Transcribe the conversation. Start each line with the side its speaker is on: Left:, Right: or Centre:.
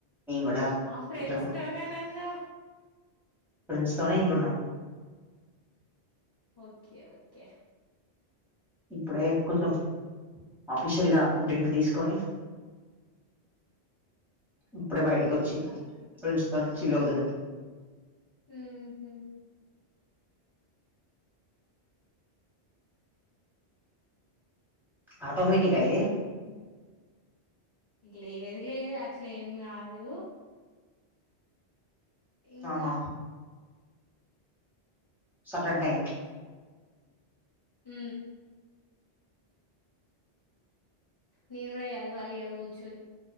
Centre: మేం కూడా
Left: ఆ ఫ్రెండ్స్తో
Centre: కొంచెం
Left: అని అన్నవ్
Centre: ఫ్రెండ్స్ తోనే ఇంట్లో ఉన్నాం
Left: ఓకే ఓకే
Centre: ఇప్పుడే కొంచెం ఆఫీషియల్ గా డ్రింక్ తీసుకొని ఇప్పుడే బయటకి వచ్చి
Left: ఓకే.
Centre: ఫ్రెండ్స్ తోని చిల్ అవుతున్న
Left: ఉహు
Centre: ఆటోమేటిక ఇది
Left: లేదు లేదు అట్లే ఏం కాదు ఇంకా
Centre: ఆహా సర్టర్న్ టైం
Left: ఊ నేను కూడా చదవాలి ఇగ కూర్చుని